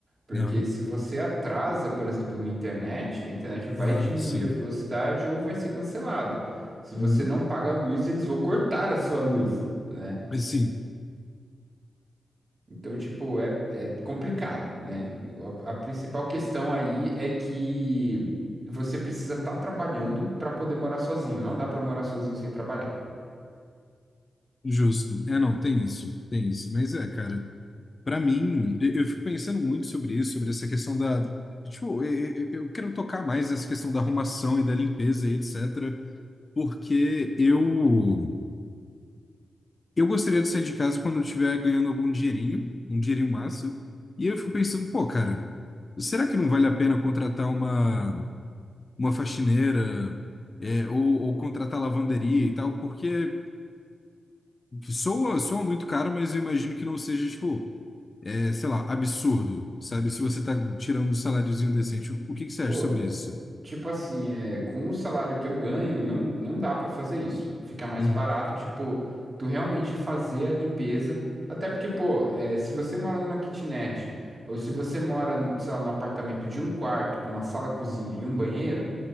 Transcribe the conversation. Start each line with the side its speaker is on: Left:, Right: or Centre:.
Right: Porque
Left: Aham.
Right: se você atrasa, por exemplo, uma internet, a internet vai
Left: Ah,
Right: diminuir
Left: sim.
Right: a velocidade ou vai ser cancelada. Se você
Left: Uhum.
Right: não paga a luz, eles vão cortar a sua luz, né?
Left: Mas Sim,
Right: Então, tipo, é, é complicado, né? E A, a principal questão aí é que você precisa estar trabalhando para poder morar sozinho. Não dá para morar sozinho sem trabalhar.
Left: justo. É, não, tem isso, tem isso. Mas é, cara, pra mim, eu, eu fico pensando muito sobre isso, sobre essa questão da. Tipo, eu, eu eu quero tocar mais nessa questão da arrumação e da limpeza e etc. Porque eu, eu gostaria de sair de casa quando eu estiver ganhando algum dinheirinho, um dinheirinho massa. E eu fico pensando, pô, cara, será que não vale a pena contratar uma, uma faxineira, é, ou, ou contratar lavanderia e tal? Porque. Soa, soa muito caro, mas eu imagino que não seja, tipo, é, sei lá, absurdo, sabe? Se você tá tirando um saláriozinho decente. O, o que que você acha
Right: Pô,
Left: sobre isso?
Right: Tipo assim, é, com o salário que eu ganho, não, não dá pra fazer isso. Fica mais
Left: Uhum,
Right: barato, tipo, tu realmente fazer a limpeza. Até porque, pô, é, se você mora numa kitnet, ou se você mora, sei lá, num apartamento de um quarto, com uma sala, cozinha e um banheiro,